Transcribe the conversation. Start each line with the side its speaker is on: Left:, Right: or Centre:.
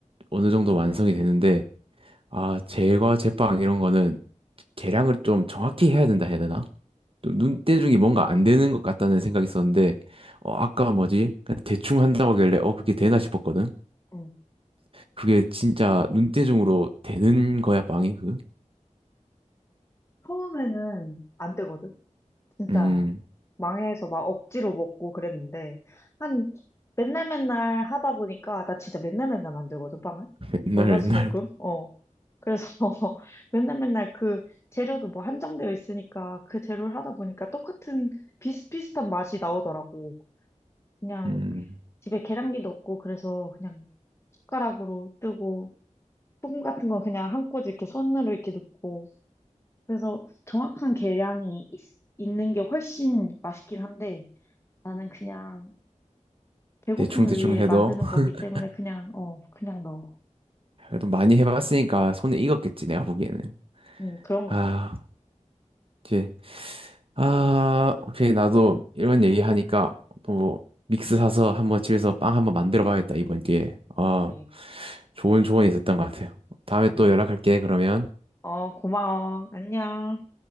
Right: 어느 정도 완성이 되는데, 아, 제과 제빵 이런 거는 계량을 좀 정확히 해야 된다 해야 되나? 좀 눈대중이 뭔가 안 되는 것 같다는 생각이 있었는데, 어, 아까 뭐지? 그냥 대충 한다고 하길래, 어, 그게 되나 싶었거든?
Left: 응.
Right: 그게 진짜 눈대중으로 되는 거야, 빵이, 그?
Left: 처음에는 안 되거든. 진짜
Right: 음,
Left: 망해서 막 억지로 먹고 그랬는데 한 맨날 맨날 하다 보니까 나 진짜 맨날 맨날 만들거든 빵을.
Right: 맨날
Left: 월화수목금.
Right: 맨날,
Left: 어. 그래서 <laughs> 맨날 맨날 그 재료도 뭐 한정되어 있으니까 그 재료를 하다 보니까 똑같은 비슷비슷한 맛이 나오더라고. 그냥
Right: 음,
Left: 집에 계량기도 없고 그래서 그냥 숟가락으로 뜨고 소금 같은 건 그냥 한 꼬집 이렇게 손으로 이렇게 넣고. 그래서 정확한 계량이 있, 있는 게 훨씬 맛있긴 한데 나는 그냥 배고픔을
Right: 대충대충
Left: 위해
Right: 해도,
Left: 만드는
Right: <laughs>
Left: 거기 때문에 그냥, 어, 그냥 넣어.
Right: 그래도 많이 해봤으니까 손에 익었겠지, 내가 보기에는.
Left: 음, 그런 것
Right: 아.
Left: 같아.
Right: 이제 아 오케이 나도 이런 얘기 하니까 또 뭐 믹스 사서 한번 집에서 빵 한번 만들어 봐야겠다 이번 기회에 아
Left: 그래.
Right: 좋은 조언이 있었던 것 같아요 다음에
Left: 음.
Right: 또 연락할게 그러면
Left: 어, 고마워. 안녕.